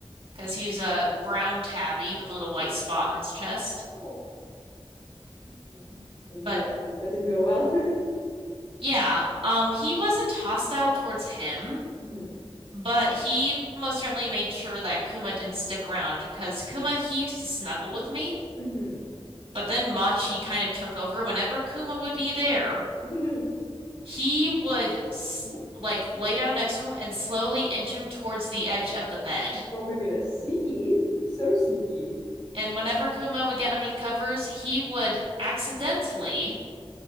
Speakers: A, on the right; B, on the left.
A: because he was a brown tabby with a little white spot on his chest.
B: Oh, mm. And
A: But
B: uh, yeah, that didn't go well. <laughs>
A: yeah, um, he wasn't hostile towards him,
B: hmm
A: but he most certainly made sure that Kuma didn't stick around because Kuma, he used to snuggle with me.
B: hmm
A: But then Machi kind of took over. Whenever Kuma would be there,
B: <laughs>
A: he would sl like lay down next to him and slowly inch him towards the edge of the bed.
B: Oh my goodness. Sneaky. So sneaky.
A: And whenever Kuma would get under the covers, he would accidentally